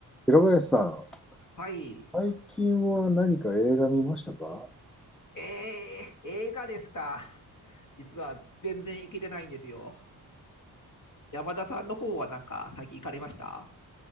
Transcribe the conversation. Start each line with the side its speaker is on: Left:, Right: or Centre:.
Centre: 平林さん、
Left: はい。
Centre: 最近は何か映画見ましたか
Left: えー、映画ですか。実は全然行けてないんですよ。山田さんの方はなんか最近行かれました